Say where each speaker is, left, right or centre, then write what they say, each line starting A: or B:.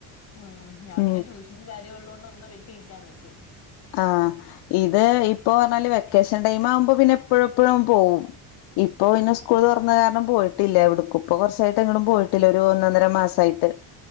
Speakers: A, on the left (about 35°); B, on the left (about 65°).
A: ഉം ഞാൻ
B: ഉം
A: പിന്നെ ട്യൂഷനും കാര്യം ഉള്ളോണ്ട് ഒന്ന് വിട്ടിരിക്കാന്ന് വെച്ചു.
B: ആഹ് ഇത് ഇപ്പൊ പറഞ്ഞാല് വെക്കേഷൻ ടൈം ആവുമ്പോ പിന്നെ എപ്പഴെപ്പഴും പോകും ഇപ്പോ പിന്നെ
A: ആഹ്
B: സ്കൂൾ തുറഞ്ഞ കാരണം പോയിട്ടില്ല എവിട്ക്കും ഇപ്പൊ കൊറച്ചായിട്ട് എങ്ങട്ടും
A: ഉം
B: പോയിട്ടില്ല ഒരു ഒന്നര മാസായിട്ട്